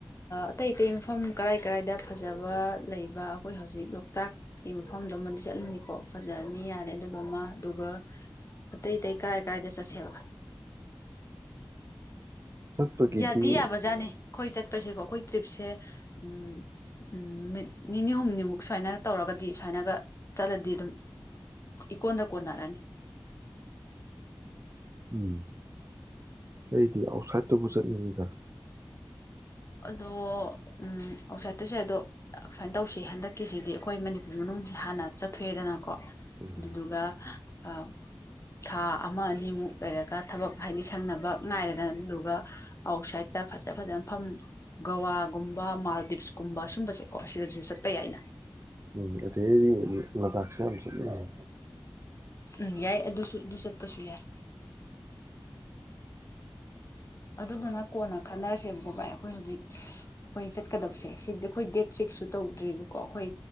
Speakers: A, on the left; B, on the right.
A: ꯑꯇꯩ ꯑꯇꯩ ꯃꯐꯝ ꯀꯔꯥꯏ ꯀꯔꯥꯏꯗ ꯐꯖꯕ ꯂꯩꯕ ꯑꯩꯈꯣꯏ ꯍꯧꯖꯤꯛ ꯂꯣꯛꯇꯥꯛꯀꯤ ꯃꯐꯝꯗꯨꯃꯗꯤ ꯆꯠꯂꯅꯤꯀꯣ ꯐꯖꯔꯅꯤ ꯌꯥꯔꯦ ꯑꯗꯨꯗꯨꯃ ꯑꯗꯨꯒ ꯑꯇꯩ ꯑꯇꯩ ꯀꯥꯏ ꯀꯥꯏꯗ ꯆꯠꯁꯦꯕ
B: <inaudible> ꯆꯠꯄꯒꯤꯗꯤ
A: ꯌꯥꯗꯤ ꯌꯥꯕꯖꯥꯅꯦ ꯑꯩꯈꯣꯏ ꯆꯠ ꯆꯠꯄꯁꯦꯀꯣ ꯑꯩꯈꯣꯏ ꯇ꯭ꯔꯤꯞꯁꯦ ꯎꯝ ꯅꯨꯠꯃꯤꯠ ꯅꯤꯅꯤ ꯍꯨꯝꯅꯤꯃꯨꯛ ꯁꯨꯃꯥꯏꯅ ꯇꯧꯔꯒꯗꯤ ꯁꯨꯃꯥꯏꯅꯒ ꯆꯠꯂꯗꯤ ꯑꯗꯨꯝ ꯏꯀꯣꯟꯗ ꯀꯣꯟꯅꯔꯅꯤ
B: ꯎꯝ ꯑꯩꯗꯤ ꯑꯥꯎꯠꯁꯥꯏꯠꯇꯕꯨ ꯆꯠꯅꯤꯡꯉꯤꯗ
A: ꯑꯗꯣ ꯎꯝ ꯑꯥꯎꯠꯁꯥꯏꯠꯇꯁꯨ ꯌꯥꯏ ꯑꯗꯣ ꯁꯥꯏꯅ ꯇꯧꯁꯤ ꯍꯟꯗꯛꯀꯤꯁꯤꯗꯤ ꯑꯩꯈꯣꯏ ꯃꯅꯤꯄꯨꯔ ꯃꯅꯨꯡꯁꯤ ꯍꯥꯟꯅ ꯆꯠꯊꯣꯛꯑꯦꯗꯅ ꯀꯣ
B: ꯎꯝ
A: ꯑꯗꯨꯗꯨꯒ ꯑ ꯊꯥ ꯑꯃ ꯑꯅꯤꯃꯨꯛ ꯂꯩꯔꯒ ꯊꯕꯛ ꯍꯥꯏꯗꯤ ꯁꯪꯅꯕ ꯉꯥꯏꯔꯦꯗꯅ ꯑꯗꯨꯗꯨꯒ ꯑꯥꯎꯠꯁꯥꯏꯠꯇ ꯐꯖ ꯐꯖꯕ ꯃꯐꯝ ꯒꯋꯥꯒꯨꯝꯕ ꯃꯥꯜꯗꯤꯞꯁꯀꯨꯝꯕ ꯁꯨꯝꯕꯁꯦꯀꯣ ꯑꯁꯤꯗꯁꯨ ꯆꯠꯄ ꯌꯥꯏꯅꯦ
B: ꯎꯝ ꯑꯗꯩꯗꯤ ꯂꯥꯗꯥꯛꯁꯨ ꯌꯥꯝ ꯆꯠꯅꯩꯌꯦ
A: ꯎꯝ ꯌꯥꯏ ꯑꯗꯨꯁꯨ ꯑꯗꯨ ꯆꯠꯄꯁꯨ ꯌꯥꯏ ꯑꯗꯨꯗꯨꯅ ꯀꯣꯟꯅ ꯈꯟꯅꯔꯁꯦ ꯑꯣ ꯕꯥꯏ ꯑꯩꯈꯣꯏ ꯍꯧꯖꯤꯛ ꯏꯁ ꯑꯩꯈꯣꯏ ꯆꯠꯀꯗꯕꯁꯦ ꯁꯤꯗꯤ ꯑꯩꯈꯣꯏ ꯗꯦꯠ ꯐꯤꯛꯁꯁꯨ ꯇꯧꯗ꯭ꯔꯤꯕꯀꯣ ꯑꯩꯈꯣꯏ